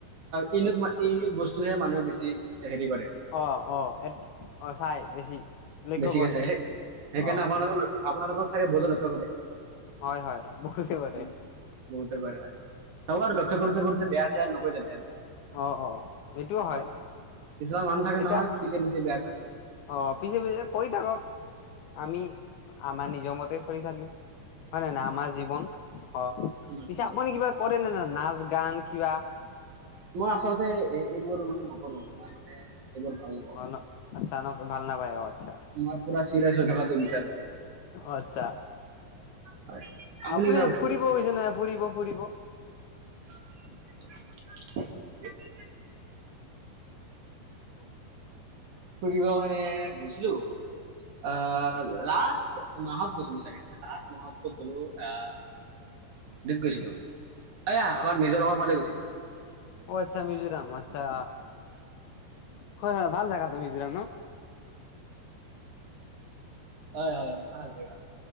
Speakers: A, on the right; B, on the left.
A: ইউনিক বস্তুহে মানুহে বেছি হেৰি কৰে।
B: অ, অ, অ', চাই বেছি, লক্ষ্য
A: বেছিকে
B: কৰে।
A: চাই সেইকাৰণে
B: অ
A: আপোনালোকক, আপোনালোকক চাগে বজে <unintelligible> লক্ষ্য কৰে।
B: হয়, হয়, বহুত কৰে।
A: উম বহুতে কৰে হয়, চাবা আৰু লক্ষ্য কৰোঁতে বেয়া-চেয়া আৰু নকৈ যাতে আৰু।
B: অ, অ', এইটোও হয়,
A: অ কিছুমান মানুহ থাকে
B: এতিয়া
A: নহয় পিছে পিছে বেয়া কয়
B: অ', পিছে পিছে কৈ থাকক, আমি আমাৰ নিজৰ মতে চলি থাকিম। হয় নে নাই, আমাৰ জীৱন, অ',
A: কিন্তু
B: পিছে আপুনি কিবা কৰে নে নই, নাচ, গান কিবা।
A: মই আচলতে এইবোৰ মানে নকৰোঁ, মই মানে এইবোৰ ভাল নাপ
B: অ', ন' আচ্ছা ন', ভাল নপাই আহ আচ্ছা।
A: মই পুৰা চিৰিয়াছ হৈ থকাটো বিচাৰোঁ।
B: আত্ছা,
A: হয়
B: আপুনি
A: কিবা
B: ফুৰিব গৈছে না, ফুৰিব ফুৰিব।
A: <unintelligible>
B: <unintelligible>
A: ফুৰিব মানে গৈছিলোঁ, অ', লাষ্ট মাহত গৈছিলোঁ, চাগে। লাষ্ট মাহত ক'ত গলো, আহ। গৈছিলোঁ, এয়া আমাৰ মিজোৰামৰ ফালে গৈছিলোঁ।
B: অ', আচ্ছা, মিজোৰাম, আচ্ছা, হয় হয়, ভাল জাগা টো মিজোৰাম ন'।
A: হয়, হয়, ভাল জেগা,